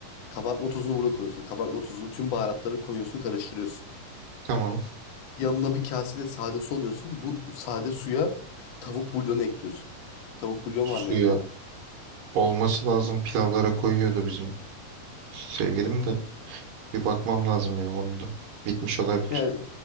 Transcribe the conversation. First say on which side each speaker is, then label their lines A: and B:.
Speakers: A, on the left; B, on the right.
A: Kabartma tozunu burada koyuyorsun. Kabartma tozunu tüm baharatları koyuyorsun karıştırıyorsun.
B: Tamam.
A: Yanına bir kasede sade su alıyorsun. Bu sade suya tavuk bulyonu ekliyorsun. Tavuk bulyon
B: Suya
A: var mı evde?
B: olması lazım. Pilavlara koyuyordu bizim sevgilim de. Bir bakmam lazım ya onun da. Bitmiş olabilir.
A: Yani,